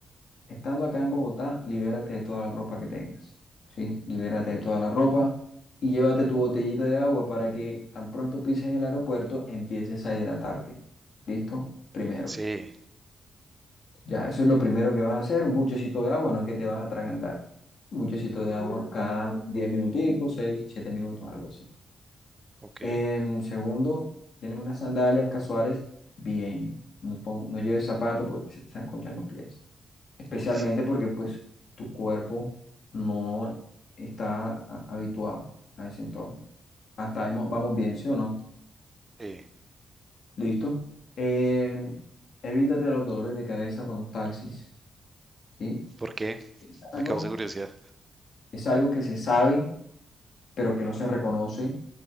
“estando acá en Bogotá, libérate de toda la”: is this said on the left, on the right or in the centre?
Left